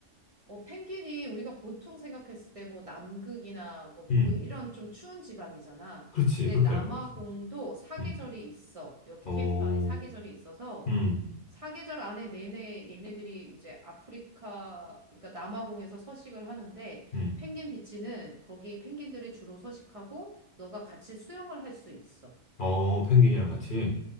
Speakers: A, on the right; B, on the left.
A: 어, 펭귄이 우리가 보통 생각했을 때 뭐 남극이나 뭐 북극
B: 음,
A: 이런 좀 추운 지방이잖아.
B: 그렇지.
A: 근데
B: 그렇게
A: 남아공도
B: 알고 있지.
A: 사계절이
B: 음,
A: 있어. 여기
B: 어,
A: 케이프타운이 사계절이 있어서
B: 음,
A: 사계절 안에 내내 얘네들이 이제 아프리카, 그러니까 남아공에서 서식을 하는데
B: 음.
A: 펭귄 비치는 거기 펭귄들이 주로 서식하고 너가 같이 수영을 할 수 있어.
B: 어, 펭귄이랑 같이.